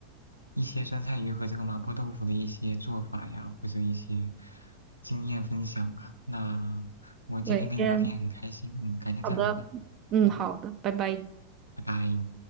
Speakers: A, on the left (about 80°); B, on the right (about 35°).
A: 一些酸菜鱼和这个麻婆豆腐的一些做法呀，或者一些经验分享啊。那我今天跟你聊天也很开心，
B: 对，先
A: 嗯，改天再聊吧，
B: 好的，嗯，
A: 嗯，
B: 好的，拜拜。
A: 拜拜。